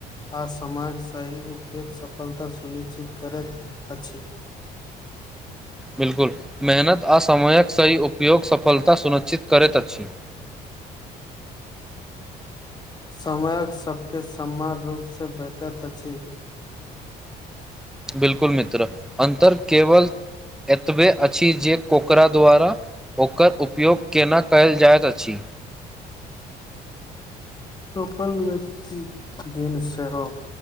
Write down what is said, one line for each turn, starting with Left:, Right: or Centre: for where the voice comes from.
Left: आ समयक सही उपयग सफलता सुनिश्चित करैत अछि <inaudible>
Centre: बिलकुल मेहनत आस समयक सही उपयोग सफलता सुनिश्चित करैत अछि
Left: समयक सबके समान रूपसँ भेटैत अछि
Centre: बिलकुल मित्र अन्तर केवल एतबे अछि जे ओकरा द्वारा ओकर उपयोग केना कयल जाइत अछि
Left: सफल व्यक्ति दिन सेहो